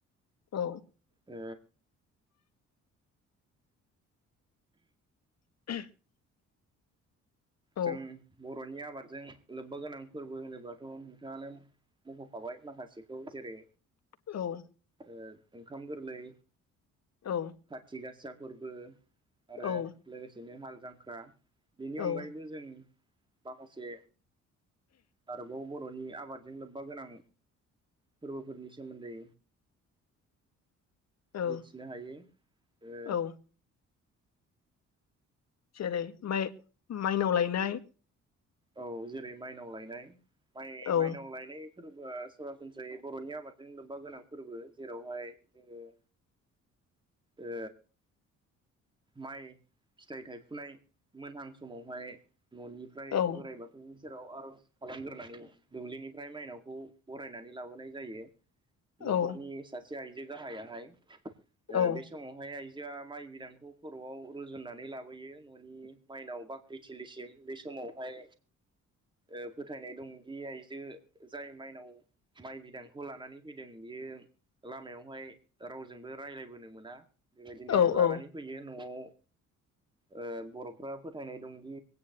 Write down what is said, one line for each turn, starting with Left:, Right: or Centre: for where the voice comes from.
Left: औ
Right: ओ
Left: <inaudible> औ
Right: जों बर'नि आबादजों लोब्बा गोनां फोरबो होनोब्लाथ' नोंथाङालाय मखखाबाय माखासेखौ जेरै
Left: औ
Right: ओ ओंखाम गोरलै
Left: औ
Right: खाथि गासा फोरबो आरो
Left: औ
Right: लोगोसेनो हाल जांख्रा बिनि
Left: औ
Right: अनगायैबो जों माखासे आरोबाव बर'नि आबाद जों लोब्बा गोनां फोरबोफोरनि सोमोन्दै
Left: औ
Right: मिथिनो हायो ओ
Left: औ जेरै माइ माइनाव लायनाय
Right: औ जेरै माइनाव लायनायाइ माइ
Left: औ
Right: माइनाव लायनाय फोरबोआ सरासनस्रायै बर'नि आबादजों लोब्बा गोनां फोरबो जेरावहाय जोङो ओ माइ फिथाइ थायफुनाय मोनहां समावहाय न'निफ्राय
Left: औ
Right: बोराय बा बेनि सेराव आरज खालामग्रोनानै दुब्लिनिफ्राय माइनावखौ बरायनानै लाबोनाय जायो।
Left: औ
Right: न'खरनि सासे आइजो गाहायाहाय
Left: औ
Right: बे समावहाय आइजोआ माइ बिदांखौ खर'आव रुजुननानै लाबोयो न'नि माइनाव बाख्रिथिलिसिम बे समावहाय ओ फोथायनाय दंदि आइजो जाय माइनाव माइ बिदांखौ लानानै फैदों बियो लामायावहाय रावजोंबो रायज्लायबोनो मोना बेबायदिनो
Left: औ
Right: लानानै
Left: औ
Right: फैयो। न'आव ओ बर'फ्रा फोथायनाय दंदि